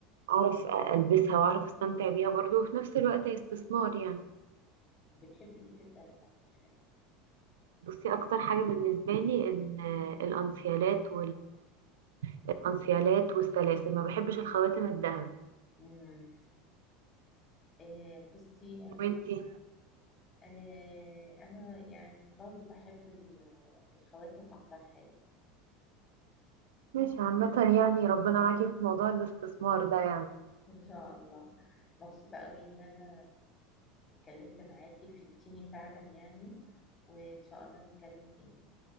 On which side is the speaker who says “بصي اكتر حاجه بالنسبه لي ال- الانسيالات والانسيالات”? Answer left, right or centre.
Right